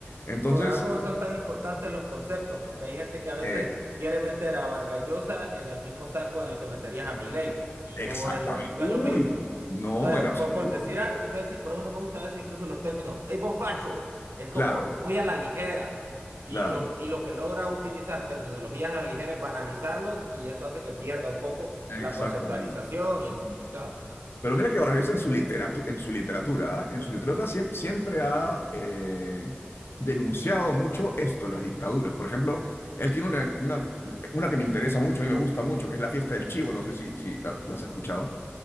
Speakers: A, on the left (about 75°); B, on the right (about 85°).
A: Entonces,
B: Por algo son tan importantes los conceptos, porque hay gente que a veces
A: eh,
B: quiere meter a Vargas Llosa en el mismo saco en el que meterías a Milei, y
A: exactamente.
B: no es lo, y no
A: Uy,
B: es lo mismo.
A: no,
B: Entonces,
A: en absoluto.
B: por, por decir algo, entonces sí, por eso no me gusta a veces incluso los términos, ¡Ey, vos facho! Es como
A: Claro,
B: muy a la ligera. Y
A: claro,
B: lo, y lo que logra utilizar terminologías a la ligera es banalizarlos, y eso hace que pierda un poco
A: exactamente.
B: la conceptualización y el significado.
A: Pero mira que Vargas Llosa en su literatura, en su literatura, ¿ah? en su literatura siem- siempre ha eh, denunciado mucho esto, las dictaduras. Por ejemplo, él tiene una, una, una que me interesa mucho, a mí me gusta mucho, que es La Fiesta del Chivo, no sé si, si has- la has escuchado,